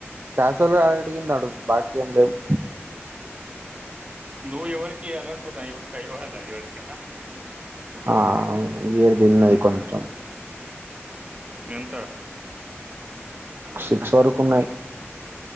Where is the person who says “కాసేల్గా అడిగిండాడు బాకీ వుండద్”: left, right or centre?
Right